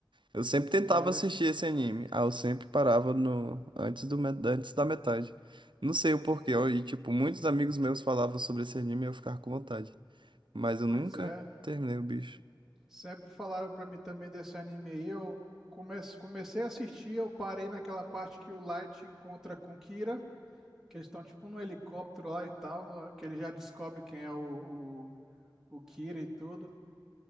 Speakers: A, on the right; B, in the centre.
A: Eu sempre tentava
B: É,
A: assistir esse anime. Ah, eu sempre parava no antes do met- antes da metade. Não sei o porquê. ó, E tipo, muitos amigos meus falavam sobre esse anime e eu ficava com vontade. Mas eu
B: pois
A: nunca
B: é.
A: terminei o bicho.
B: Sempre falaram pra mim também desse anime aí, eu comece... comecei a assistir, eu parei naquela parte que o Light encontra com Kira, que eles estão tipo num helicóptero lá e tal, que ele já descobre quem é o, o, o Kira e tudo.